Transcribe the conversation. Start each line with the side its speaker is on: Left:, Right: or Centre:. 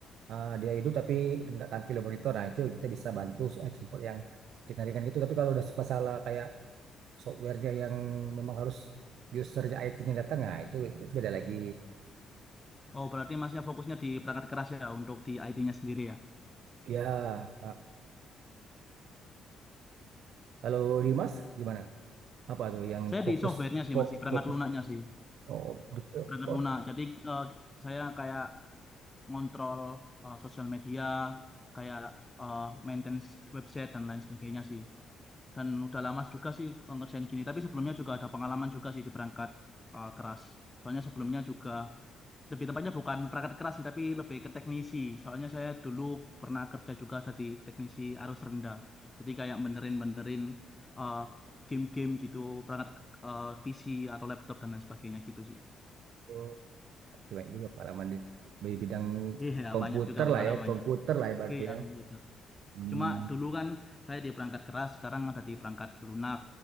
Right: ah, dia hidup tapi nggak tampil di monitor. Nah itu kita bisa bantu eh, support yang ringan-ringan gitu. Tapi kalau udah masalah kayak softwarenya yang memang harus usernya IT-nya datang, nah itu itu beda lagi.
Left: Oh, berarti Masnya fokusnya di perangkat keras ya untuk di IT-nya sendiri ya.
Right: Ya, Kalau Dimas gimana? Apa tuh yang
Left: Saya
Right: fokus
Left: di softwarenya sih
Right: fok,
Left: masih perangkat
Right: fokus
Left: lunaknya sih.
Right: oh, di- eh,
Left: berangkat
Right: oh,
Left: lunak. Jadi eh, saya kayak ngontrol eh, sosial media, kayak eh, maintenance website dan lain sebagainya sih. Dan udah lama juga sih eh, ngerjain gini. Tapi sebelumnya juga ada pengalaman juga sih di perangkat eh, keras. Soalnya sebelumnya juga lebih tepatnya bukan perangkat keras sih, tapi lebih ke teknisi. Soalnya saya dulu pernah kerja juga jadi teknisi arus rendah. Jadi kayak benerin-benerin eh, game-game gitu, perangkat eh, PC atau laptop dan lain sebagainya gitu sih.
Right: oh, gimana juga pengalaman di, di bidang
Left: Iya,
Right: komputer
Left: banyak juga pengalamannya.
Right: lah ya, komputer lah ya berarti
Left: Iya,
Right: ya.
Left: komputer.
Right: Hmm,
Left: Cuma dulu kan saya di perangkat keras, sekarang ada di perangkat lunak.